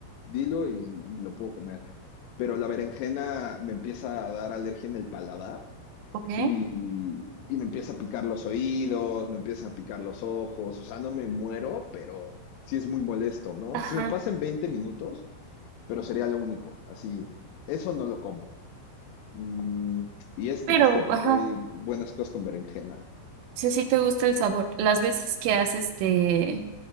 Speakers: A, on the left; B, on the right.
A: dilo y, y lo puedo comer. Pero la berenjena me empieza a dar alergia en el paladar
B: Ok,
A: y, y me empieza a picar los oídos, me empiezan a picar los ojos. O sea, no me muero, pero sí es muy molesto, ¿no?
B: Ajá.
A: Se me pasa en 20 minutos, pero sería lo único. Así, eso no lo como. Mm, y es
B: Pero,
A: triste porque
B: ajá,
A: hay buenas cosas con berenjena.
B: si sí te gusta el sabor. Las veces que has, este,